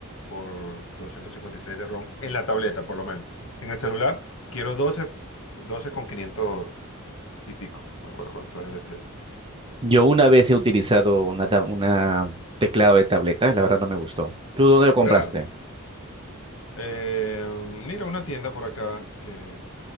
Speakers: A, on the left; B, on the right.
A: por 256 de ROM en la tableta, por lo menos. En el celular quiero doce doce con 500 y pico. Me acuerdo cuánto es el que-
B: Yo una vez he utilizado una, tab- una teclado de tableta, la verdad no me gustó. ¿Tú dónde lo compraste?
A: ¿Verdad? Eh, mira, una tienda por acá que,